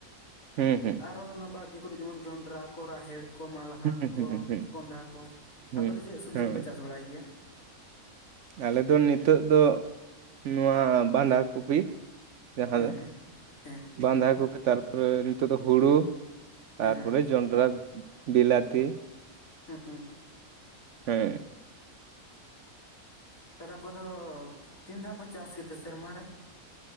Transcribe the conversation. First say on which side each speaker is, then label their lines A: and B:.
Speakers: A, on the right; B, on the left.
A: ᱦᱮᱸ ᱦᱮᱸ ᱾
B: ᱟᱨᱚ ᱚᱱᱟ ᱵᱟᱲᱜᱮ ᱠᱚᱨᱮ ᱡᱮᱢᱚᱱ ᱡᱚᱱᱰᱨᱟ ᱠᱚ ᱨᱟᱦᱮᱲ ᱠᱚ ᱢᱟᱞᱦᱟᱱ
A: ᱦᱩᱸ
B: ᱠᱚ
A: ᱦᱩᱸ ᱦᱩᱸ
B: ᱠᱚᱸᱰᱷᱟ ᱠᱚ ᱾
A: ᱦᱩᱸ
B: ᱟᱯᱮ ᱫᱚ ᱪᱮᱫ ᱥᱚᱵᱽᱡᱤ
A: ᱦᱮᱸ
B: ᱠᱚᱯᱮ ᱪᱟᱥ ᱵᱟᱲᱟᱭ ᱜᱮᱭᱟ?
A: ᱟᱞᱮ ᱫᱚ ᱱᱤᱛᱚᱜ ᱫᱚ <inaudible> ᱱᱚᱣᱟ ᱵᱟᱸᱫᱷᱟ ᱠᱩᱯᱤ ᱡᱟᱦᱟᱸ
B: ᱦᱮᱸ
A: ᱫᱚ
B: ᱦᱮᱸ
A: ᱵᱟᱸᱫᱷᱟ ᱠᱚᱯᱤ ᱛᱟᱨᱯᱚᱨᱮ ᱱᱤᱛᱚᱜ ᱫᱚ ᱦᱩᱲᱩ ᱾ ᱛᱟᱨᱯᱚᱨᱮ
B: ᱦᱮᱸ
A: ᱡᱚᱱᱰᱨᱟ ᱵᱤᱞᱟᱛᱤ ᱾
B: ᱦᱮᱸ ᱾
A: ᱦᱮᱸ᱾
B: ᱛᱟᱦᱚᱞᱮ ᱟᱯᱮ ᱫᱚ ᱛᱤᱱ ᱫᱷᱟᱣ ᱯᱮ ᱪᱟᱥ ᱜᱮᱛᱮ ᱥᱮᱨᱢᱟ ᱨᱮ?